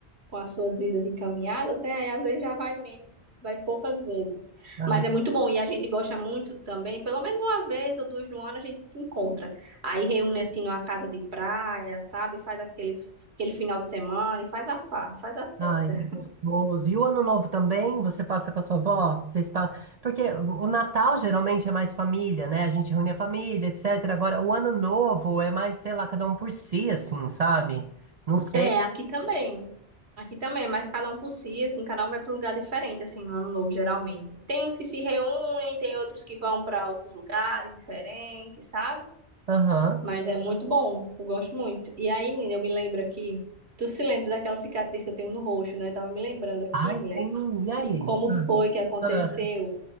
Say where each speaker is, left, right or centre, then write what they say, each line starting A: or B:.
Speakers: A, on the right (about 75°); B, on the right (about 50°).
A: com as suas vidas encaminhadas, né? Aí às vezes já vai menos, vai poucas vezes.
B: ah.
A: Mas é muito bom e a gente gosta muito também, pelo menos uma vez ou duas no ano a gente se encontra. Aí reúne assim numa casa de praia, sabe? Faz aquele, aquele final de semana e faz a farra, faz a festa.
B: Ai, que gostoso. E o Ano Novo também? Você passa com a sua avó? Vocês passam? Porque o Natal geralmente é mais família, né? A gente reúne a família, etc. Agora, o Ano Novo é mais, sei lá, cada um por si, assim, sabe? Não sei.
A: É, aqui também. Aqui também, mas cada um por si, assim, cada um vai para um lugar diferente, assim, no ano novo, geralmente. Tem uns que se reúnem, tem outros que vão para outros lugares diferentes, sabe?
B: Aham.
A: Mas é muito bom, eu gosto muito. E aí, menina, eu me lembro aqui. Tu se lembra daquela cicatriz que eu tenho no rosto, né? Eu Tava me lembrando aqui,
B: Ai,
A: mulher,
B: sim. E aí?
A: de como
B: Hum.
A: foi que aconteceu.
B: Ah,